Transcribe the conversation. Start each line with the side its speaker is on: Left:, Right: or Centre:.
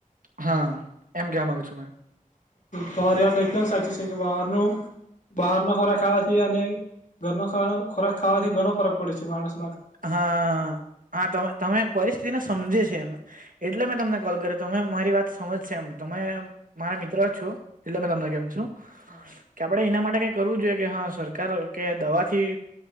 Right: હા એમ કેવા મામાંગુ છું મેં
Left: તમારી યાત એકદમ સાચી છે કે બહારનુ બહારનો ખોરાક ખાવાથી અને ઘરનો ખોરાક ખાવાથી ઘણો ફરક પડે છે, માણસ
Right: હા હા તમે તમે પરિસ્થિતિને સમજે છે, એમ એટલે મેં તમને કોલ કર્યો તમે મારી વાત સમજશે એમ તમે મારા મિત્ર છો એટલે મે તમને કેમ છું.
Left: હા
Right: કે આપણેે એના માટે કઈ કરવું જોઈએ કે હા સરકાર કે દવાથી